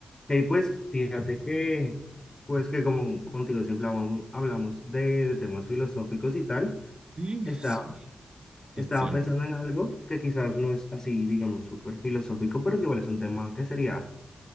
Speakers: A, on the left (about 30°); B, on the right (about 45°).
A: Y pues fíjate que, pues que como contigo siempre hablamos, hablamos de, de temas filosóficos y tal,
B: Sí,
A: estaba,
B: sí,
A: estaba
B: <laughs> siempre.
A: pensando en algo que quizás no es así, digamos, súper filosófico, pero que igual es un tema que sería,